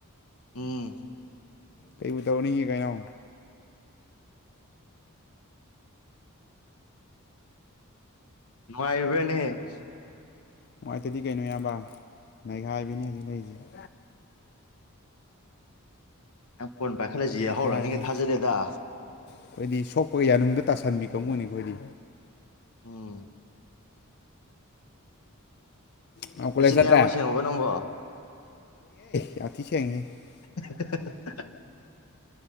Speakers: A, on the left; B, on the left.
A: ꯎꯝ
B: ꯀꯩ ꯇꯧꯅꯤꯡꯉꯦ ꯀꯩꯅꯣ
A: ꯉꯅꯨꯡꯏꯔꯤꯕꯥꯅꯦꯍꯦ
B: ꯅꯨꯉꯥꯏꯇꯗꯤ ꯀꯩꯅꯣ ꯏꯌꯥꯝꯕꯥ ꯅꯥꯈꯥꯏꯕꯤꯅꯤ ꯍꯧꯖꯤꯛ ꯂꯩꯔꯤꯁꯦ
A: <inaudible> ꯐꯣꯟ ꯄꯥꯏꯈꯠꯂꯛꯏꯁꯤ
B: ꯅꯩꯈꯥꯏꯕꯤ
A: ꯌꯥꯍꯧꯔꯝꯅꯤ ꯒꯥ ꯊꯖꯥꯗꯦꯗꯥ
B: ꯑꯩꯈꯣꯏꯗꯤ ꯁꯣꯛꯄꯒ ꯌꯥꯅꯨꯡꯗ ꯇꯥꯁꯟꯕꯤ ꯀꯥꯡꯕꯨꯅꯤ ꯑꯩꯈꯣꯏꯗꯤ
A: ꯎꯝ
B: ꯅꯪ
A: ꯅꯆꯤꯟꯌꯥꯎꯕ
B: ꯀꯣꯂꯦꯖ ꯆꯠꯇ꯭ꯔꯦ
A: ꯁꯦꯡꯉꯨꯕ ꯅꯪꯕꯣ
B: <inaudible> <inaudible>
A: <inaudible>